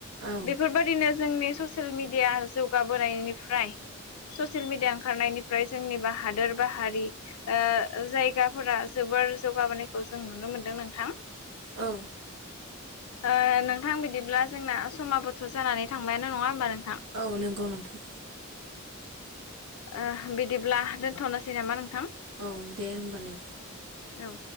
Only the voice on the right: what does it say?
औ
औ
औ नंगौ नोंथां
औ दे होनबालाय